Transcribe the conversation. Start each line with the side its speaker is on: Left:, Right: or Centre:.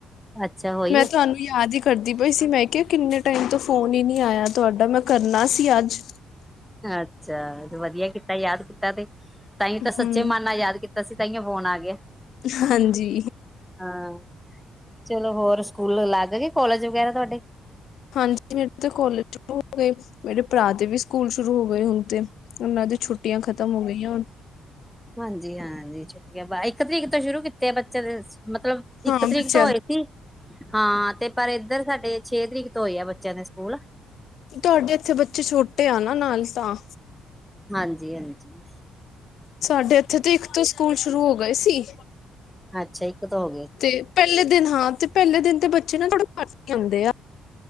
Centre: ਅੱਛਾ ਹੋਹੀ
Left: ਮੈਂ
Centre: ਏ
Left: ਤੁਹਾਨੂੰ ਯਾਦ ਹੀ ਕਰਦੀ ਪਈ ਸੀ, ਮੈਂ ਕਿਹਾ ਕਿੰਨੇ ਟਾਈਮ ਤੋਂ ਫੋਨ ਹੀ ਨਹੀਂ ਆਇਆ ਤੁਹਾਡਾ, ਮੈਂ ਕਰਨਾ ਸੀ ਅੱਜ?
Centre: ਅੱਛਾ ਵਧੀਆ ਕੀਤਾ, ਯਾਦ ਕੀਤਾ ਤੇ ਤਹੀ ਤਾਂ ਸੱਚੇ
Left: ਹੂੰ,
Centre: ਮਨ ਨਾਲ ਯਾਦ ਕੀਤਾ ਬਸ ਤਾਂਹੀਓਂ ਫੋਨ ਆ ਗਿਆ।
Left: ਹਾਂਜੀ।
Centre: ਹਾਂ, ਚਲੋ ਹੋਰ ਸਕੂਲ ਲੱਗ ਗਏ ਕੋਲੇਜ ਵਗੈਰਾ ਤੁਹਾਡੇ।
Left: ਹਾਂਜੀ ਮੇਰੇ ਤੇ ਕੋਲਜ ਸ਼ੁਰੂ ਹੋ ਗਏ, ਮੇਰੇ ਭਰਾ ਦੇ ਵੀ ਸਕੂਲ ਸ਼ੁਰੂ ਹੋ ਗਏ ਹੁਣ ਤੇ, ਉਹਨਾਂ ਦੇ ਛੁੱਟੀਆਂ ਖਤਮ ਹੋ ਗਈਆਂ ਹੁਣ
Centre: ਹਾਂਜੀ ਹਾਂ ਹਾਂਜੀ, ਛੁੱਟੀਆਂ ਬਾਵ ਇੱਕ ਤਰੀਕ ਤੋਂ ਸ਼ੁਰੂ ਕੀਤੇ ਬੱਚੇ ਦੇ ਮਤਲਬ
Left: ਹਾਂ
Centre: ਇੱਕ ਤਰੀਕ
Left: ਬੱਚਿਆਂ
Centre: ਤੋਂ ਹੋਏ
Left: ਦੀ।
Centre: ਸੀ, ਹਾਂ ਤੇ ਪਰ ਇੱਧਰ ਸਾਡੇ ਛੇ ਤਰੀਕ ਤੋਂ ਹੋਏ ਆ ਬੱਚਿਆਂ ਦੇ ਸਕੂਲ
Left: ਤੁਹਾਡੇ ਇੱਥੇ ਬੱਚੇ ਛੋਟੇ ਆ ਨਾਲ ਤਾ।
Centre: ਹਾਂਜੀ, ਹਾਂਜੀ।
Left: ਸਾਡੇ ਇੱਥੇ ਤੇ ਇੱਕ ਤੋਂ ਸਕੂਲ ਸ਼ੁਰੂ ਹੋ ਗਏ ਸੀ।
Centre: ਅੱਛਾ ਇੱਕ ਤੋਂ ਹੋ ਗਏ ਸੀ
Left: ਤੇ ਪਹਿਲੇ ਦਿਨ ਹਾਂ ਤੇ ਪਹਿਲੇ ਦਿਨ ਤੇ ਬੱਚੇ ਬੱਚੇ ਥੋੜੇ ਘੱਟ ਆਉਂਦੇ ਆ,